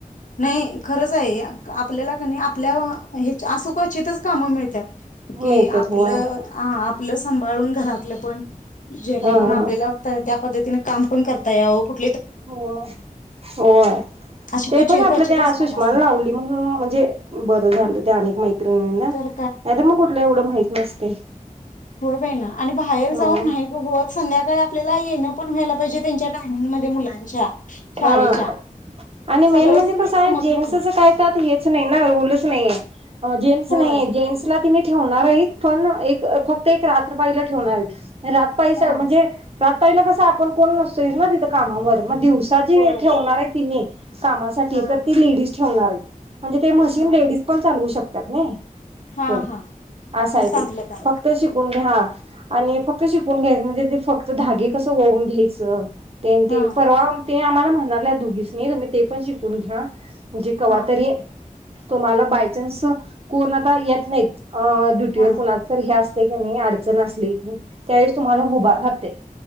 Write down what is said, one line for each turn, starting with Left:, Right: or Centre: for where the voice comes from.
Left: नई खरज हाय ये अका आप <unintelligible> आपल्याला क नई आपल्या अ हेच्या असं क्वचित च काम मिळत्यात. की
Right: मिळत्यात
Left: आपल
Right: होय.
Left: आ आप प्लस! संभाळून घरातल पण जेणे
Right: हा
Left: करून
Right: हा
Left: आपल्याला त्या पद्धतीने काम पण करता याव खुप
Right: हो हो आ
Left: अशी
Right: ते
Left: क्वचित
Right: पण आपल
Left: क्वचितच
Right: त्या
Left: काम
Right: सुष्मा
Left: असतात
Right: ने लावली मनून म्हणजे बर झाल त्यानी मै नई ना नाही
Left: तर
Right: तर मग कुठलं एवढं माहित नस ते
Left: होऊ दे ना आणि बाहेर
Right: हा
Left: जाऊन हे संध्याकाळी आपल्याला येन पण व्हायला पाहिजे त्यांच्या <unintelligible> मुलांच्या शाळेच्या
Right: हा आणि मेन
Left: सगळंच
Right: म्हणजे
Left: नाही
Right: कसाये,
Left: जमत
Right: जेन्टस
Left: रुटीन
Right: च काही पार्ट हेच नाही ना रोल च नाईये, जेन्टस
Left: होय
Right: नाइये जेन्टसला तिने ठेवणार अहित पण, फक्त एक रात्र बाई ला ठेवणार ये. घरात पैसाये
Left: हा
Right: म्हणजे त्यात पहिल कस, आपण कोणी नसेन ना तिथ कामावर मा दिव जीव ये
Left: होय
Right: ठेवणारये की नाई कामासाठी,
Left: हा
Right: तर ती लेडीज ठेवणारईत मंजे ते मशीन
Left: हा
Right: लेडीज पण चालवू शक तज्ञ
Left: हा
Right: तेन
Left: हा
Right: असं
Left: मग
Right: आहे
Left: चांगलं
Right: ते.
Left: काम
Right: फक्त
Left: आहे
Right: शिकून घ्या आणि फक्त शिकून घ्यायचं म्हणजे ते फक्त धागे कसं ओवून घ्यायचं. ते न ते
Left: हा
Right: परवा ते आम्हाला म्हणाल्या दोघीस्नि तुम्ही ते पण शिकून घ्या. जे कवातरी
Left: हा
Right: तुम्हाला बाय चान्स कोण आता येत नाहीत अ ड्युटी
Left: हा
Right: वर कुणाच तरी ह्यास तई कनी अडचण असली त्यावेळेस तुम्हाला उभा राहते